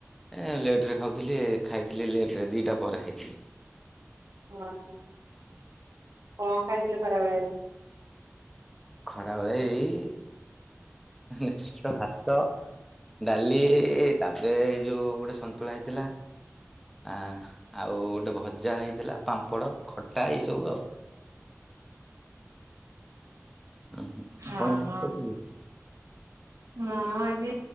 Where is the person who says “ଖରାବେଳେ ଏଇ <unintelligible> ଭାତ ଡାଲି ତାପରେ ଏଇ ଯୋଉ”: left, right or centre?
Centre